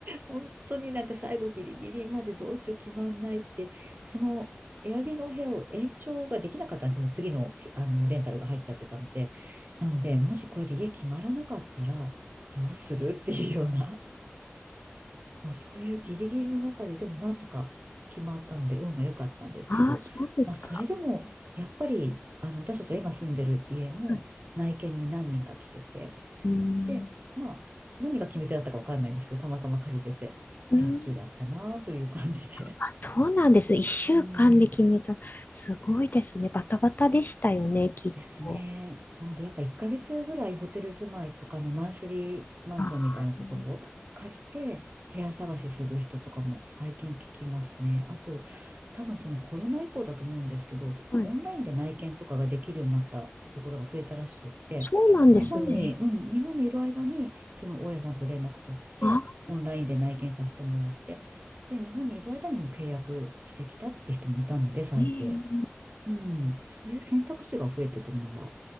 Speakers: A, on the right; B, on the left.
A: 本当になんか最後ギリギリまでどうしよう決まんないって、そのエアビの部屋を延長ができなかったんですよ。もう次の、あのレンタルが入っちゃってたので。なので、もしこれで家決まらなかったらどうするっていうような、もうそういうギリギリの中ででもなんとか決まったので運が良かったんですけど、
B: ああ、そうですか。
A: まあそれでもやっぱりあの私たちが今住んでる家も内見に何人か来てて、
B: はい。うん。
A: で、まあ、何が決め手だったかわかんないんですけど、たまたま借りれて、
B: うん。
A: ラッキーだったなという感じで。
B: あ、そうなんですね。一週間で決めた。
A: うん。
B: すごいですね。バタバタでしたよね、きっと。
A: ですね。なので、やっぱ1ヶ月ぐらいホテル住まいとかのマンスリーマンションみたいなところを借りて部屋探しする人とかも最近聞きますね。
B: あー、
A: あと、多分そのコロナ以降だと思うんですけど、
B: はい。
A: オンラインで内見とかができるようになったところが増えたらしくって、
B: そうなんですね。
A: 日本に、うん、日本にいる間に、その大家さんと連絡取って、
B: あ、
A: オンラインで内見させてもらって、で、日本にいる間にも契約してきたって人もいたので、最近。
B: ええ
A: うん、そういう選択肢が増えてくるのは